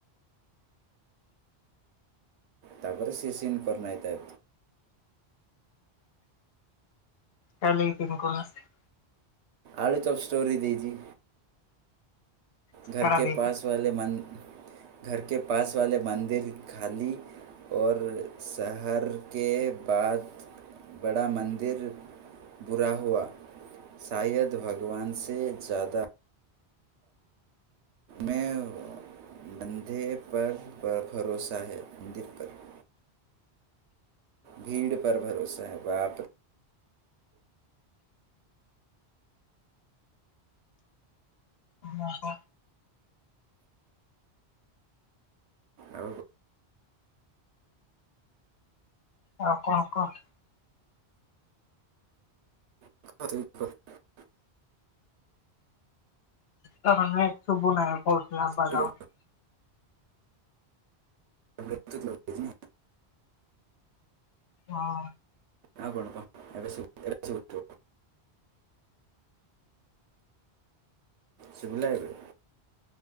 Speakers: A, on the right; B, on the left.
A: ତାପରେ ସିଏ ସିନ୍ କରନାହିଥା।
B: ଚାଲି ମୁକୁ <unintelligible>
A: ଆଳୁ ଚପ୍ ଷ୍ଟୋରି ଦେଇଛି।
B: ଝାଡ଼ା
A: ଘର କେ
B: ଦେଇଛି।
A: ପାସ ୱାଲେ ମନ, ଘର କେ ପାସେ ୱାଲେ ମନ୍ଦିର ଖାଲି। ଓର, ଶହର କେ ବାଦ ବଡ଼ା ମନ୍ଦିର ବୁରା ହୁଆ। ଶାୟଦ ଭଗବାନ ସେ ଜାଦା ମେଁ ବନ୍ଧେ ପର ଭରୋସା ହେ, ମନ୍ଦିର ପର ଭିଡ଼ ପର ଭରୋସା ହେ -ବାପ
B: ଓହୋ
A: ଆଉ କଥା
B: ଆଉ କଣ କହ?
A: ଖ <unintelligible>
B: କଣ ଶୁବୁ ନାହି କସ ଆବା
A: ଟିକେ
B: ଯାଉ <unintelligible>
A: ବ୍ଲୁଟୁଥ୍ ଲଗେଇଛି ନା
B: ହଁ।
A: ଆଉ କ'ଣ କହ ଏବେ ଶୁଭିଲା ଏବେ ଶୁଵିଲା ଏବେ?